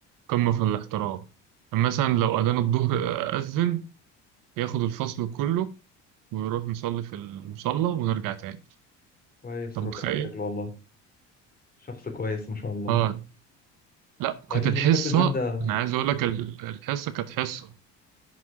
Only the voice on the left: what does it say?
كويس
ربنا
يبارك له والله شخص كويس ما شاء الله
طيب
انت
كنت بتحب الماده